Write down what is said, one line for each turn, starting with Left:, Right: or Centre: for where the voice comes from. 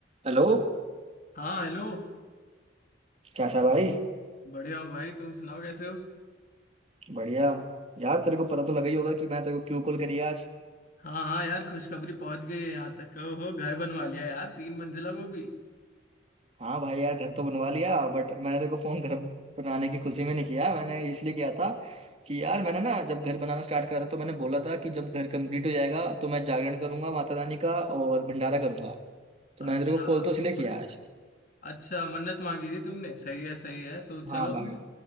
Right: Hello
Left: हाँ हेलो
Right: कैसा भाई
Left: बढ़िया हो भाई तुम सुनाओ कैसे हो
Right: बढ़िया यार तेरे को पता तो लगा ही होगा कि मैंने तेरे को क्यों कॉल करी आज
Left: हाँ हाँ यार खुशखबरी पहुंच गई है यहाँ तक हो घर बनवा लिया यार तीन मंजिला वो भी
Right: हाँ भाई यार घर तो बनवा लिया बट मैंने तेरे को फोन घर बनाने की खुशी में नहीं किया मैंने इसलिए किया था कि यार मैंने ना जब घर बनाना स्टार्ट करा था तो मैंने बोला था कि जब घर कंप्लीट हो जाएगा तो मैं जागरण करूंगा माता रानी का और भंडारा करूंगा तो मैंने
Left: अच्छा
Right: तेरे को कॉल तो इसलिए किया आज अच्छा।
Left: अच्छा मन्नत मांगी थी तुमने सही है सही है तो चलो
Right: हाँ भाई
Left: फिर